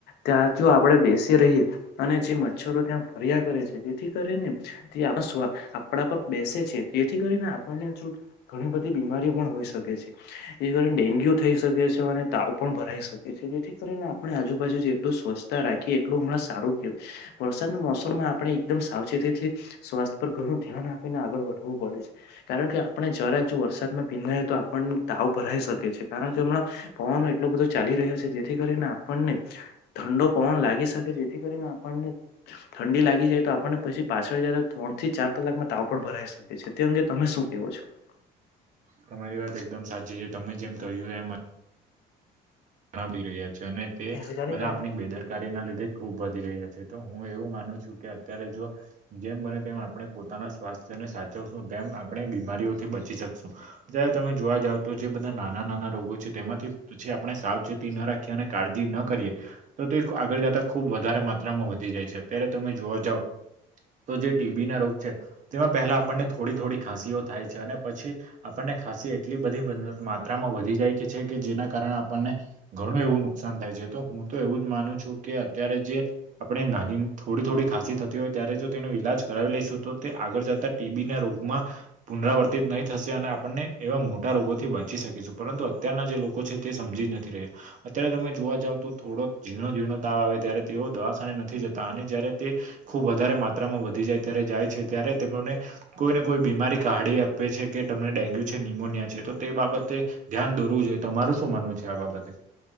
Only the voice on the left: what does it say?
ત્યાં જો આપણે બેસી રહીએ અને જે મચ્છરો ત્યાં ફર્યા કરે છે તેથી કરીને તે આપણા સ્વા આપણા પર બેસે છે તેથી કરીને આપણને જો ઘણી બધી બીમારીઓ પણ હોઈ શકે છે. એ કરીને ડેન્ગ્યુ થઈ શકે છે અને તાવ પણ ભરાઈ શકે છે જેથી કરીને આપણે આજુ બાજુ જેટલું સ્વચછતા રાખીએ એટલું હમણાં સારું કેવું વરસાદના મોસમમાં આપણે એકદમ સાવચેતીથી સ્વાસ્થ્ય પર ઘણું ધ્યાન આપીને આગળ વધવું પડે છે. કારણ કે આપણે જરાક જો વરસાદમાં ભીંનાય તો આપણને તાવ ભરાઈ શકે છે કારણ કે હમણાં પવનો એટલો બધો ચાલી રહ્યો છે જેથી કરીને આપણને ઠંડો પવન લાગી શકે જેથી કરીને આપણને ઠંડી લાગી જાય તો આપણને પછી પાછળ જ ત્રણ થી ચાર કલાકમાં તાવ પણ ભરાઈ શકે છે. તે અંગે તમે શું કેવો છો?
કે જાણી
તારા